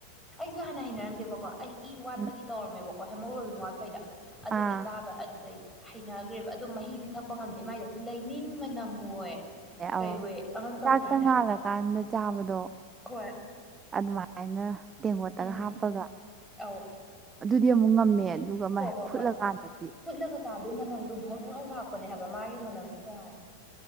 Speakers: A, in the centre; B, on the right.
A: ꯁꯤꯁꯨ ꯍꯥꯟꯅ ꯍꯩꯅꯔꯝꯗꯦꯕꯀꯣ ꯑꯩ ꯏ ꯋꯥꯠꯄꯒꯤ
B: ꯎꯝ
A: ꯇꯧꯔꯝꯃꯦꯕꯀꯣ ꯍꯦꯃꯣꯒ꯭ꯂꯣꯕꯤꯝ ꯋꯥꯠꯄꯩꯗ ꯑꯗꯨꯗ
B: ꯑꯥ
A: ꯆꯥꯕ ꯑꯗꯨꯗꯩ ꯍꯩꯅꯈ꯭ꯔꯦꯕ ꯑꯗꯨꯣ ꯃꯍꯤꯗꯤ ꯊꯛꯄ ꯉꯝꯗꯦ ꯃꯥꯏꯗꯣ ꯂꯩꯅꯤꯡꯟ ꯃꯅꯝ ꯑꯣꯏ
B: ꯦ ꯑꯧ
A: ꯀꯩ ꯑꯣꯏ ꯑꯃ ꯇꯧꯗ꯭ꯔꯥꯅꯦ
B: ꯆꯥꯛꯇ ꯉꯥꯜꯂꯀꯥꯟꯗ ꯆꯥꯕꯗꯣ
A: ꯍꯣꯏ
B: ꯑꯗꯨꯃꯥꯏꯅ ꯇꯦꯡꯀꯣꯠꯇꯒ
A: ꯎꯝ
B: ꯍꯥꯞꯄꯒ
A: ꯑꯧ
B: ꯑꯗꯨꯗꯤ ꯑꯃꯨꯛ ꯉꯝꯃꯦ ꯑꯗꯨꯒ
A: ꯍꯣꯏ ꯍꯣꯏ
B: ꯐꯨꯠꯂꯀꯥꯟꯗꯗꯤ
A: ꯍꯣꯏ ꯐꯨꯠꯂꯒ ꯆꯥꯗ ꯃꯅꯝꯗꯣ ꯧꯂꯧ ꯂꯥꯛꯄꯅꯦ ꯍꯥꯏꯕ ꯃꯥꯒꯤ ꯃꯅꯝꯗꯣ ꯇꯣꯡꯉꯥꯟꯜꯂ